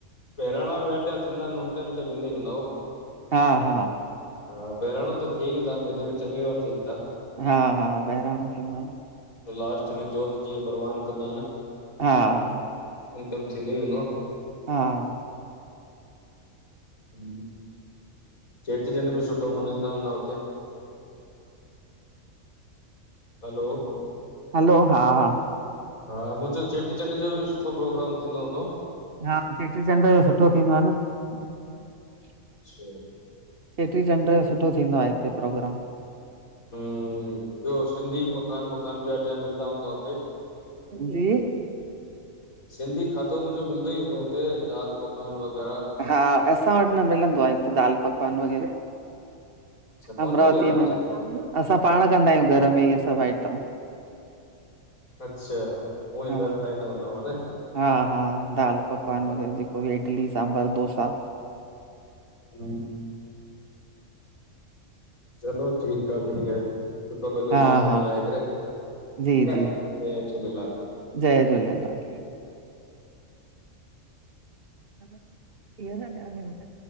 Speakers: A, on the left (about 80°); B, on the right (about 45°).
A: बहिराणा, ॿ्या ट्या थींदा अन, उन टाइम त वेंदा ई हूंदव?
B: हा हा
A: हा, बहिराणां त थिएनि था, महीेने में चंङी बार थियनिथा।
B: हा हा, बहिराणो थींदो आ।
A: त लास्ट में जोत, जीअं परवान कंदा अन
B: हा।
A: उन टाइम, थींदो ई हुंदो।
B: हां,
A: <inaudible> चेटीचंड बि सुठो मल्हाईंदा हूंदा हुते। हलो,
B: हलो, हां।
A: हां। मुंहिंजो, चेटी चंड जो बि सुठो प्रोग्राम थींदो हूंदो।
B: हां, चेटीचंड जो सुठो थींदो आहे न। ह <inaudible>
A: अच्छा!
B: चेटीचंड जो सुठो थींदो आहे। हिते प्रोग्राम।
A: ॿियो सिंधी पकान-वकान बिॿ टम मिलंदा हूंदा हुते?
B: जी!
A: सिंधी खाधो, मुंहिंजो मिलंदो ई हूंदो हुते दाल पकवान वग़ैरह।
B: हां, असां वटि न मिलंदो आहे, हिते दाल पकवान वग़ैरह।
A: अच्छा कोन
B: अमरावतीअ
A: मिले हुन
B: में।
A: पासे
B: असां पाण कंदा आहियूं। घर में इहे सभ आइटम।
A: अच्छा! ई
B: हां,
A: घर ठाहींदा हूंदव न
B: हां-हां। दाल पकवान
A: हा
B: वग़ैर जे को इडली सांबर डोसा।
A: हम्म। चलो ठीकु सभ बढ़िया आहे। सुठो लॻे
B: हा
A: तव्हां सां
B: हा
A: ॻाल्हाए करे।
B: जी
A: ठीकु
B: जी
A: आहे। जय झूलेलाल!
B: जय झूलेलाल। थीियो न <inaudible>